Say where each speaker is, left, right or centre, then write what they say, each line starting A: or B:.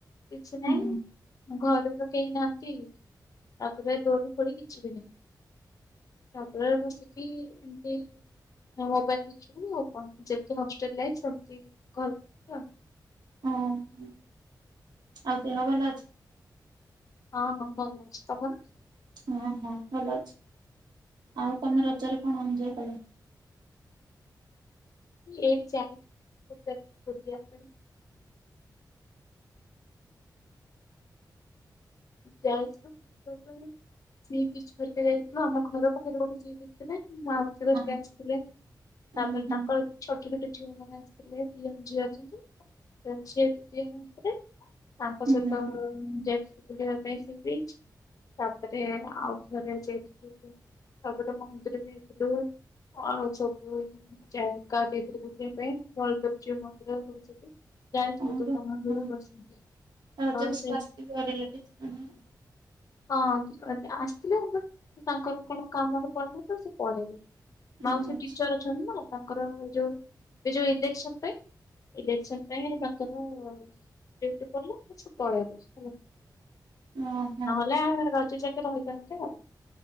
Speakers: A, on the left; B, on the right.
A: କିଛି ନାହିଁ
B: ହୁଁ
A: ଘରେ ତ କେଇ ନାହାଁନ୍ତି ତାପରେ ଦୋଳି ଫୋଳି କିଛି ବି ନାହିଁ। ତାପରେ ବସକିି ଏମତି ଆଉ ମୋବାଇଲ ଦେଖିବୁ ଆଉ କଣ ଯେମତି ହଷ୍ଟେଲ ଲାଇଫ ସେମତି ଘରେ ଆଉ।
B: ହଁ ଆଉ ଦେହ ଭଲ ଅଛି?
A: ହଁ ହଁ ଭଲ ଅଛି ତମର?
B: ହଁ ହଁ ଭଲ ଅଛି ଆଉ ତମେ ରଜରେ କଣ ଏଞ୍ଜୟ୍ କଲ?
A: ଏଇଠି ଯାଇଥିଲି ଗୋଟେ ଜାଗାକୁ ବୁଲିଆ ପାଇଁ। ଯାଇଥିଲୁ ବୁଲିବା ପାଇଁ ସିବ ବିଚ୍ ଘରିକା ଯାଇଥିଲୁ ଆମ ଘର ପାଖରେ ଗୋଟେ ସି ବିଚ ଥିଲା। ମାଉସୀ ଘରିଆ
B: ଉଁ
A: ଆସିଥିଲେ
B: ଉଁ
A: ତାପରେ
B: ହୁଁ
A: ତାଙ୍କର ଛୋଟ ଛୋଟ ଝିଅମାନେ ଆସିଥିଲେ ଦି ଝିଅ ଅଛନ୍ତି। <unintelligible> ଦି ଜଣ ଝିଅ ଆସିଥିଲେ ତାଙ୍କ
B: ହୁଁ
A: ସହିତ ଯାଇ। ବୁଲିବା ପାଇଁ ସି ବିଚ୍ ତାପରେ ଆଉ ଥରେ ଯାଇଥିଲୁ ତାପରେ ମନ୍ଦିର ଯାଇଥିଲୁ <unintelligible> ସବୁ ଜାଗା ଯାଇଥିଲୁ ବୁଲିଆ ପାଇଁ ବଳଦେବ ଜୀଉ ମନ୍ଦିର ଏଇଗୁଡା ସବୁ। ଜାଣିଥିବ
B: ଆମର
A: ତ ତମର
B: ହଁ
A: <unintelligible>
B: ରଜରେ ସବୁ ଆସିଥିବେ <unintelligible>
A: ହଁ ଏବେ ଆସିଥିଲେ ବଟ ତାଙ୍କର କଣ କାମରେ ପଡିଲା ତ ସିଏ ପଳେଇଲେ
B: ହଁ
A: ମାଉସି ଟିଚର ଅଛନ୍ତି ନା ତାଙ୍କର ଯୋଉ ଏ ଯୋଉ ଇଲେକ୍ସନ ପାଇଁ ଇଲେକ୍ସନ୍ ପାଇଁ ତାଙ୍କ ର ଡିଉଟି ପଡିଲା ତ ସିଏ ପଳେଇଲେ ହେଲା।
B: ଓହୋ
A: ନହେଲେ ଆ ରଜ ଯାକେ ରହିଥାନ୍ତେ ଆଉ।